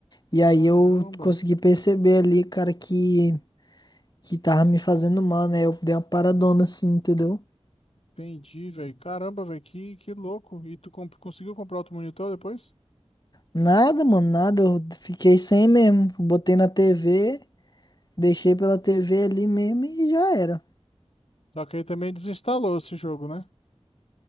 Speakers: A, on the left (about 40°); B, on the left (about 65°).
A: E aí
B: Caramba,
A: eu consegui perceber ali, cara, que que tava me fazendo mal, né? Eu dei uma paradona assim, entendeu?
B: entendi, velho. Caramba, velho, que, que louco. E tu comp- conseguiu comprar outro monitor depois?
A: Nada, mano, nada. Eu fiquei sem mesmo. Botei na TV, deixei pela TV ali mesmo e já era.
B: Só que aí também desinstalou esse jogo, né?